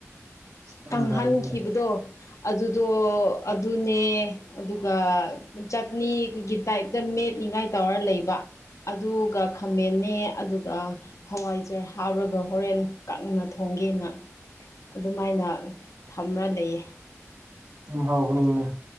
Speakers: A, on the right; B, on the left.
A: ꯌꯥꯝ
B: ꯀꯪꯍꯟꯈꯤꯕꯗꯣ
A: ꯅꯨꯡꯉꯥꯏꯔꯦꯅꯦ
B: ꯑꯗꯨꯗꯣ ꯑꯗꯨꯅꯦ ꯑꯗꯨꯒ ꯆꯠꯅꯤꯒꯤ ꯇꯥꯏꯞꯇ ꯃꯦꯠꯅꯤꯡꯉꯥꯏ ꯇꯧꯔ ꯂꯩꯕ ꯑꯗꯨꯒ ꯈꯥꯃꯟꯅꯦ ꯑꯗꯨꯒ ꯍꯋꯥꯏꯖꯔ ꯍꯥꯎꯔꯒ ꯍꯣꯔꯦꯟ ꯀꯪꯅ ꯊꯣꯡꯒꯦꯅ ꯑꯗꯨꯃꯥꯏꯅ ꯊꯝꯃ ꯂꯩꯌꯦ
A: ꯌꯥꯝ ꯍꯥꯎꯒꯅꯤꯅꯦ